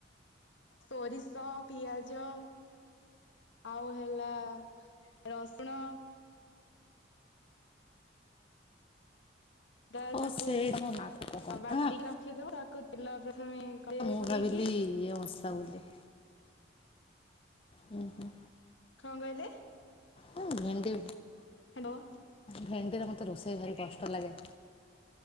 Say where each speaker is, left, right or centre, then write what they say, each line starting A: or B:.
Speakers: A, on the left; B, on the left.
A: ସୋରିଷ ପିଆଜ ଆଉ ହେଲା ରସୁଣ ତ
B: ଓ
A: ତାକୁ
B: ସେଇ ତମ ମା କୁ କହ
A: ବାଟିକି
B: ନା।
A: ରଖିଦବ ତାକୁ ତେଲ ପ୍ରଥମେ କଡେଇରେ
B: ମୁଁ
A: ପକେଇକି
B: ଭାବିଲି ଇଏ ମସଲା ବୋଲି। ହୁଁ ହୁଁ।
A: କଣ କହିଲେ।
B: ହଁ ଭେଣ୍ଡି
A: ହ୍ୟାଲୋ
B: ଭେଣ୍ଡିରେ ମୋତେ ରୋଷେଇ ଭାରି କଷ୍ଟ ଲାଗେ।